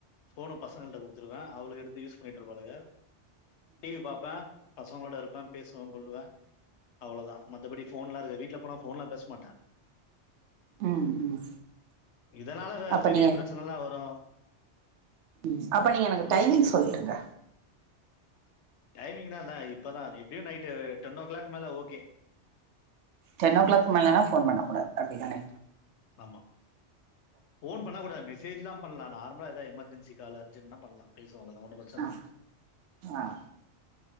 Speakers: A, on the left (about 75°); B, on the right (about 75°).
A: ஃபோனு பசங்கள்ட்ட குடுத்துருவே அவுளுகெடுத்து யூஸ் பண்ணி ட்ருப்பாளுக டி வி பாப்பே பசங்களோட இருப்பே பேசுவங்கொள்ளுவ அவ்ளோதா மத்தபடி ஃபோன்லா இருக்காது வீட்ல போனா ஃபோன்லா பேஸ்மாட்டே
B: ம் ம்
A: இதனால வே
B: அப்ப
A: பெரிய
B: நீங்க
A: பிரச்சனல்லா வரு
B: ம் அப்ப நீங்க எனக்கு
A: சொல்லுங்க,
B: டைமிங்
A: ஏதோ சொல்
B: சொல்லீருங்க
A: டைமிங்னா என்னா இப்பதா எப்டியு நைட்டு டென்னோ கிளாக் மேல ஓகே
B: டென் ஓ க்ளாக் மேலன்னா ஃபோன் பண்ண கூடாது அப்டிதான
A: ஆமா ஃபோன் பண்ணக் கூடாது மெசேஜ்லா பண்ணலா நார்ம் மா எதா எமர்ஜென்சி காலு அர்ஜென்னா பண்லா பேசுவாங்கள <unintelligible> பிரச்னல்ல
B: ஆ ஆ